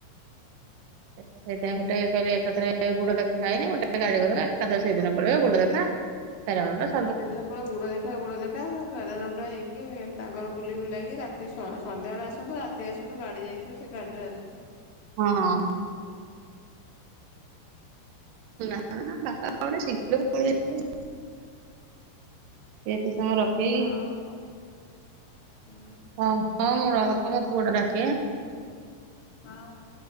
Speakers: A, on the right; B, on the left.
A: ସେଇଥିାଇଁ ଗୋଟେ କହିଲେ ଏକାଥରେ ଗୋଡ ଦେଖା ହେଇନି ଗୋଟେ ଗାଡି କରିଦବା ଏକାଥରେ ସେଇଦିନ ପଡ ଗୋଡ ଦେଖା କରଣ <inaudible>
B: ସେଇ ଗୁଡ ଦେଖ ଗୁଡ ଦେଖା ଘରାନ ଉଡ଼ା ହେଇକି ତାଙ୍କର ବୁଲି ବୁଲେଇକି ରାତି ସ ସନ୍ଧ୍ୟାବେଳେ ଆସନ୍ତୁ ରା କେତ ଆସନ୍ତୁ ଗାଡ଼ି ଯାଇଥିବୁ ସେ ଗାଡ଼ି ରେ ଆସିବି।
A: ହଁ। <inaudible> ସେଥି ସମୟ ରଖେଇ
B: ଓହୋ। ହୁଁ
A: ଓ ହଁ ମୁଁ ରହକ ମୋ ପୁଅ ଟା ଡାକେ।
B: ହଁ ହ।